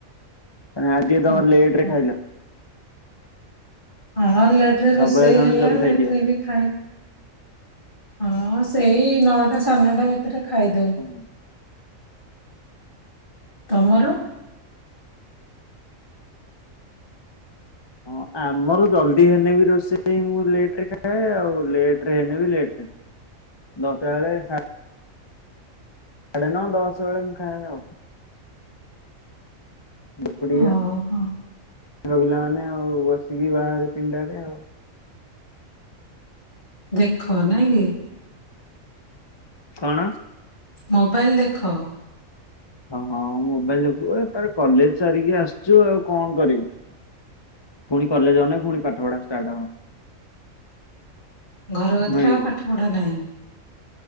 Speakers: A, on the left (about 25°); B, on the left (about 40°).
A: ଆଜି ତମର
B: ହଁ
A: ଲେଟ
B: କଣ।
A: ରେ ଖାଇଲ।
B: ହଁ, ଲେଟରେ
A: ସବୁବେଳେ
B: ରୋଷେଇ
A: ତମେ
B: ହେଲା
A: ଜଲଦି
B: ଲେଟରେ
A: ଖାଇଦିଅ
B: ବି ଖାଇଲୁ। ହଁ, ସେଇ ନଅଟା ସାଡେନଅଟା ଭିତରେ ଖାଇଦଉ।
A: ହଁ
B: ତମର? ହ
A: ହଁ, ଆମର ଜଲ୍ଦି ହେନେ ବି ରୋଷେଇ ମୁଁ ଲେଟରେ ଖାଏ। ଆଉ ଲେଟରେ ହେଲେ ବି ଲେଟରେ ଦରକାର ବେଳେ। ସାଡେ ନଅ ଦଶ ବେଳେ ମୁଁ ଖାଏ ଆଉ। ଖୁଡିଆ,
B: ଓହୋ
A: ପିଲାମାନେ ଆଉ ବସିକି ବାହାରେ ପିଣ୍ଡାରେ ଆଉ।
B: ଦେଖ ନାଇଁ କି?
A: କଣ?
B: ମୋବାଇଲ ଦେଖ?
A: ହଁ, ହଁ ମୋବାଇଲ ଦେଖୁ ଏ ଥର କଲେଜ ସାରିକି ଆସିଚୁ ଆଉ କଣ କରିବୁ? ପୁଣି କଲେଜ ଗନେ, ପୁଣି ପାଠ ପଢା ଷ୍ଟାର୍ଟ ହବ।
B: ଘର କତିରେ
A: ନୁହେଁ
B: ଆଉ ପାଠ ପଢା ନାହିଁ?